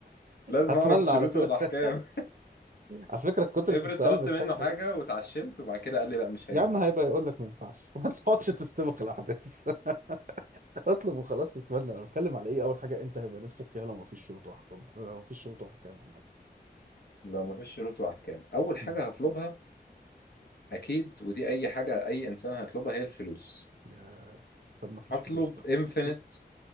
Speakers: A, on the left; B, on the right.
A: لازم
B: هتملى
A: اعرف الشروط
B: على طول
A: والاحكام
B: <laughs>
A: <laughs>
B: على فكرة كترة
A: افرض
B: السؤال
A: طلبت
B: مش
A: منه
B: حاجة حلوة
A: حاجة واتعشمت وبعد كده قال لي لا مش
B: يا
A: هينفع
B: عم هيبقى يقول لك ما ينفعش <laughs> ما تقعدش تستبق الأحداث <laughs> اطلب وخلاص وتملى أنا بتكلم على إيه أول حاجة أنت هيبقى نفسك فيها لو ما فيش شروط وأحكام لو ما فيش شروط وأحكام عامة
A: لو ما فيش شروط واحكام اول حاجة
B: مم.
A: هطلبها اكيد ودي اي حاجة اي انسان هيطلبها هي الفلوس
B: يا طب ما فيش
A: هطلب
B: فلوس بقى
A: انفينيت
B: <laughs>